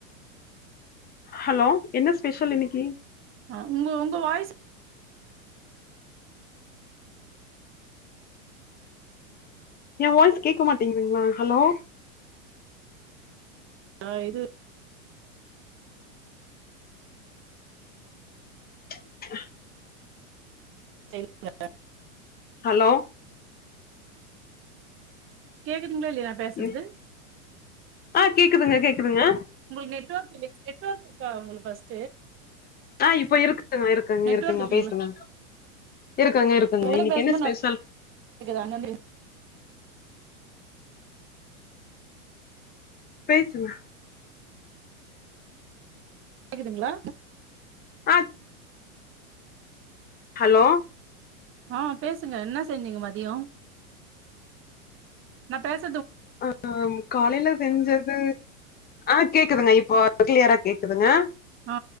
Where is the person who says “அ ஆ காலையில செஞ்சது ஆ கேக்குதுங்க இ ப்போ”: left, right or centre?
Left